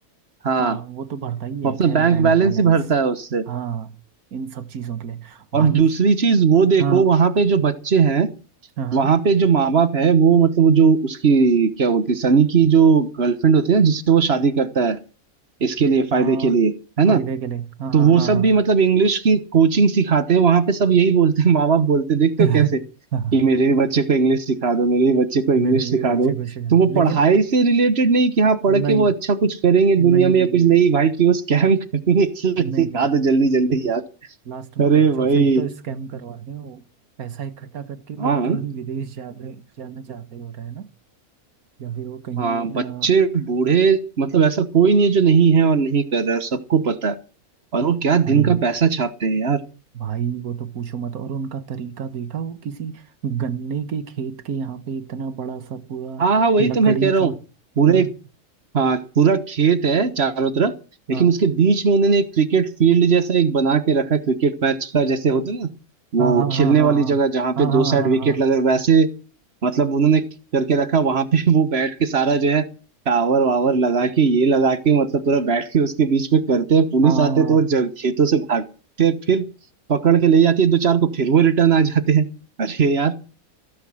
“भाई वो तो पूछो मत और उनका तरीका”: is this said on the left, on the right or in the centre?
Right